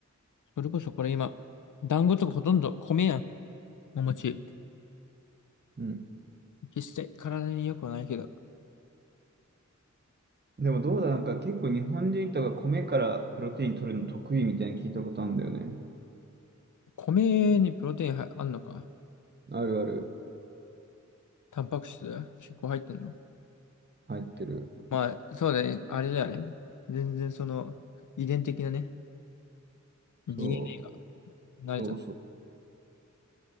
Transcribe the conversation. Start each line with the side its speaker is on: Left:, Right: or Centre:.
Left: それこそこれ今、団子とかほとんど米やん。お餅。
Right: うん。
Left: 決して体に良くはないけど。
Right: でもどうだ、なんか結構日本人とか米からプロテイン取るの得意みたいに聞いたことあるんだよね。
Left: 米にプロテインはあんのか
Right: あるある。
Left: タンパク質結構入ってんの
Right: 入ってる。
Left: まあ、そうだね。あれだよね。全然その、遺伝的なね、DNA
Right: そ
Left: が慣れちゃった。
Right: う。そうそう。